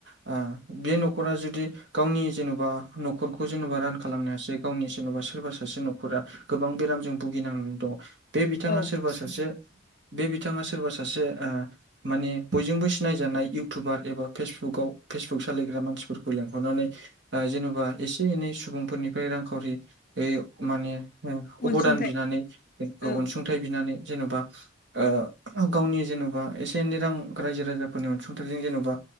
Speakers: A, on the right; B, on the left.
A: आ बे न'खरा जुदि गावनि जेन'बा न'खरखौ जेन'बा रान खालामनो हासै गावनि जेन'बा सोरबा सासे न'खरा गोबां बेरामजों भुगिनांनानै दङ बे बिथाङा
B: औ
A: सोरबा सासे बे बिथाङा सोरबा सासे माने बयजोंबो सिनायजानाय इउटुबार एबा फेसबुकाव फेसबुक सालायग्रा मानसिफोरखौ लेंहरनानै जेन'बा एसे एनै सुबुंफोरनिफ्राय रांखावरि माने अब'दान
B: अनसुंथाइ
A: बिनानै
B: औ
A: अनसुंथाइ बिनानै जेन'बा ओ गावनि जेन'बा एसे एनै रां रायजो राजाफोरनि अनसुंथाइजों जेन'बा